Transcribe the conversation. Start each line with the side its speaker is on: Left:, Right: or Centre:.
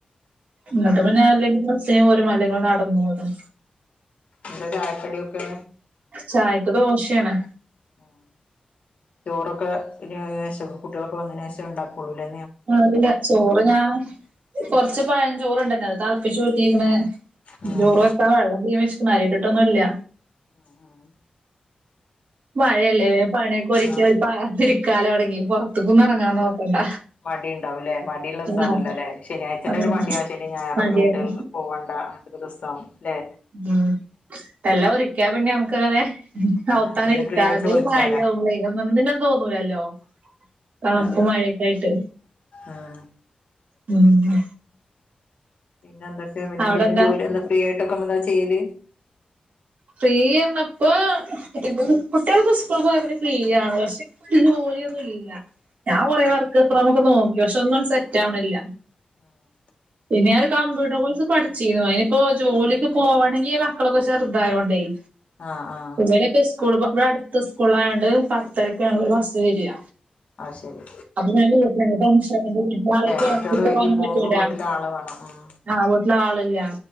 Right: ങ്ങട്ട് പിന്നെ അല്ലെങ്കിൽ ബസ്സിന് പോരുംല്ലെങ്കി നടന്നുലും
Left: എന്താ ചായക്കടിയൊക്കെ?
Right: ചായക്ക് ദോശയാണ്.
Left: ഉം ചോറൊക്കെ ഇടിയാകെഷ് വോ കുട്ടികളൊക്കെ വന്നയ്ന്റെഷം ഉണ്ടാക്കുള്ളൂലേ?
Right: ആല്ല ചോറ് ഞാ കൊർച്ച് പയചോറുണ്ടല്ലോ അതാളിപ്പിച്ചു റ്റീക്ണ്
Left: ഉം
Right: ചോറ് വ ആഹ എള്ബി വെച്ച്ക്കുണ് അരി ഇട്ടിട്ടൊന്നുല്ല
Left: ആഹ ആഹ
Right: മഴയല്ലേ വേ പണിയൊക്കെ ഒരിക്കി
Left: ആഹ്
Right: ഒര് പാകത്തിരിക്കാലൊ അടങ്ങി പൊറത്ക്കൊന്നും എറങ്ങാൻ നോക്കണ്ട.
Left: മടിണ്ടാവുംല്ലേ മടിയുള്ളോസാണല്ലോലേ
Right: ആഹ്
Left: ശെനിയായ്ച്ചന്റെ
Right: ആഹ്
Left: ഒരു മടിയാവ ശനിം ഞായറൊക്കെ
Right: മടിയാണ്
Left: കുട്ടികൾക്ക് പോവണ്ട ആണ്ട്ക്കരൊസ്സവും ല്ലെ?
Right: അഹ് എല്ലാം ഒറിക്കാ പിന്നെ നമുക്ക് അങ്ങനെ
Left: ആഹ്
Right: <unintelligible>
Left: പിന്നെ ഫ്രീ ആയിട്ട് വിളിക്കാലോ
Right: മഴയാകുമ്പഴേ ഒന്നിനും തോന്നൂലല്ലോ തണുപ്പ്
Left: അതെ
Right: മഴഴൊക്കെ ആയിട്ട്
Left: ആഹ്
Right: മ്
Left: പിന്നെ പിന്നെ എന്തൊക്കെയാ പിന്നെന്തെലും
Right: അവിടെന്താ
Left: ജോലി എന്താ ഫ്രീ ആയിട്ടൊക്കെ എന്താ ചെയ്യല്
Right: ഫ്രീ എന്നപ്പോ ഇതിപ്പോ കുട്ടികളൊക്കെ സ്കൂൾ പോയെ പിന്നെ ഫ്രീയാണ് പക്ഷെ വീട്ടില് ജോലിയൊന്നും ഇല്ല ഞാൻ കുറെ വർക്ക് ഫ്രം ഹോം ഒക്കെ നോക്കി പക്ഷെ ഒന്നും സെറ്റ് ആവണില്ല
Left: അഹ്
Right: പിന്നെ ഞാൻ കമ്പ്യൂട്ടർ കോഴ്സ് പഠിച്ചിരുന്നു അനിപ്പോ ജോലിക്ക് പോകവാണെങ്കിൽ മക്കളൊക്കെ ചെറുതായോണ്ട് ആയി
Left: ആഹ് ആഹ്
Right: ഇവരൊക്കെ സ് സ്കൂള് പോ ഇവിടെ അടുത്ത സ്കൂളായോണ്ട് പത്തരക്കാണ് ഒരു ബസ്സ് വരിക
Left: ആശരി
Right: അപ്പ ഞാന് <unintelligible>
Left: കുട്ടികള് വൈകി പോകുമ്പോ
Right: പറ്റൂല.
Left: വീട്ടില് ആള് വേണം ഉം
Right: ആഹ് വീട്ടില് ആളില്ല